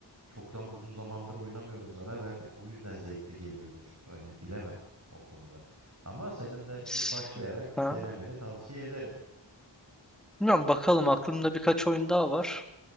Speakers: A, on the right (about 40°); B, in the centre.
A: çok zam uzun zamandır oynamıyoruz ara verdik o yüzden zevkli geliyordur. Hani bilemem o konuda. Ama senin de
B: S-
A: bir başlayarak bir
B: Ha.
A: denemeni tavsiye ederim.
B: Bilmiyorum bakalım aklımda birkaç oyun daha var.